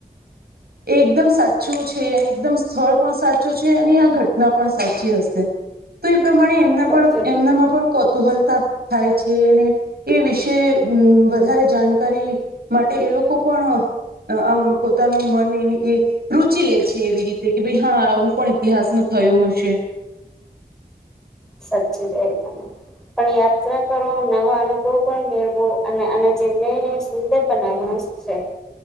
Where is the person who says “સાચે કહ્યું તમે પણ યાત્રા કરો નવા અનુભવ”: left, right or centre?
Centre